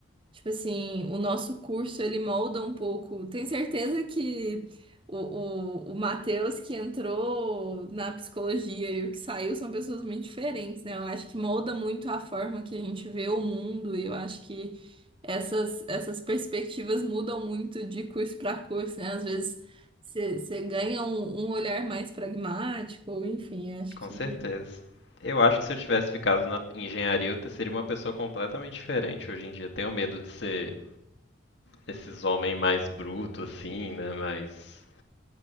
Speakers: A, on the right (about 25°); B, on the left (about 60°).
A: Tipo assim, o nosso curso ele molda um pouco. Tenho certeza que o, o, o Matheus que entrou na psicologia e o que saiu são pessoas muito diferentes, né? Eu acho que molda muito a forma que a gente vê o mundo e eu acho que essas, essas perspectivas mudam muito de curso para curso, né? Às vezes você você ganha um, um olhar mais pragmático, ou enfim, acho
B: Com
A: que.
B: certeza. Eu acho que se eu tivesse ficado na engenharia, eu te- seria uma pessoa completamente diferente hoje em dia. Tenho medo de ser esses homens mais brutos, assim, né? Mas